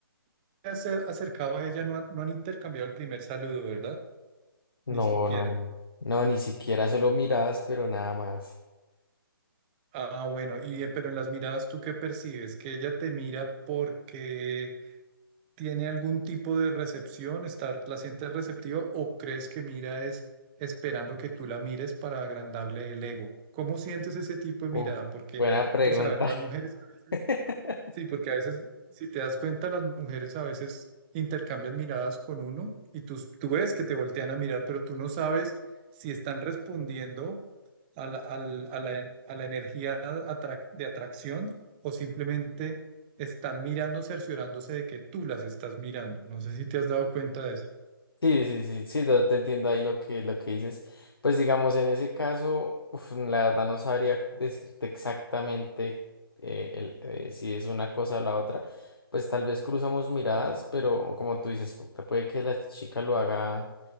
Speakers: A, on the right (about 20°); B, on the left (about 75°).
A: acer- acercado a ella no, ha- no han intercambiado el primer saludo, ¿verdad?
B: No,
A: Ni siquiera.
B: no, no. No, ni siquiera solo miradas, pero nada más.
A: Ah, bueno, y eh, pero en las miradas, ¿tú qué percibes? ¿Que ella te mira porque tiene algún tipo de recepción, estar, la sientes receptiva o crees que mira es esperando que tú la mires para agrandarle el ego? ¿Cómo sientes ese tipo de
B: Uf,
A: mirada? Porque
B: buena pregunta.
A: tú sabes, las mujeres a veces
B: <laughs>
A: Sí, porque a veces, si te das cuenta, las mujeres a veces intercambian miradas con uno y tú, tú ves que te voltean a mirar, pero tú no sabes si están respondiendo a la, al- a la- a la energía atrac- de atracción o simplemente están mirando, cerciorándose de que tú las estás mirando. No sé si te has dado cuenta de eso.
B: Sí, sí, sí, sí, yo te entiendo ahí lo que, lo que dices. Pues digamos, en ese caso, uf, la verdad no sabría decirte exactamente eh, el- eh, si es una cosa o la otra. Pues tal vez cruzamos miradas, pero como tú dices, pu- puede que la chica lo haga,